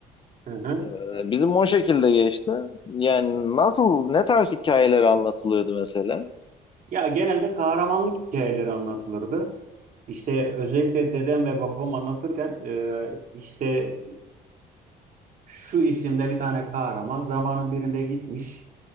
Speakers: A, on the right; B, on the left.
A: Hı hı.
B: E, bizim o şekilde geçti. Yani nasıl, ne tarz hikayeler anlatılıyordu mesela?
A: Ya genelde kahramanlık hikayeleri anlatılırdı. İşte özellikle dedem ve babam anlatırken e, işte şu isimde bir tane kahraman zamanın birinde gitmiş